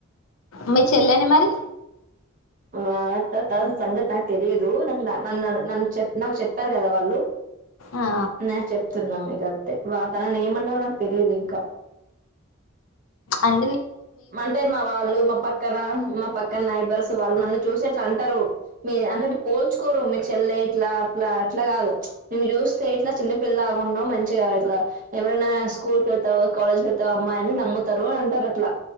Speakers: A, on the left; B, on the right.
A: మీ చెల్లెని మరి.
B: ఆహ్ సంగతి నాకు తెలియదు నన్ను చెప్ నాకు చెప్పారు కదా వాళ్ళు.
A: ఆ
B: నేను చెప్తున్నా మీకు అంతే వా తననేమన్నారో నాకు తెలియదు ఇంకా.
A: అం.
B: అంటే మా వాళ్ళు మా పక్కన మా. పక్కన నైబర్స్ వాళ్ళు నన్ను చూసి ఇట్లా అంటారు మీ అంటే పోల్చుకోరు మీ చెల్లె ఇట్లా అట్లా. అట్లా కాదు నేను చూస్తే ఇట్లా చిన్న పిల్ల లాగా ఉన్నావ్ మంచిగా ఇట్లా ఎవరైనా స్కూల్ కి వెళ్తా. కాలేజ్ కేళ్త అమ్మాయి అని నమ్ముతారు అని అంటారు అట్లా.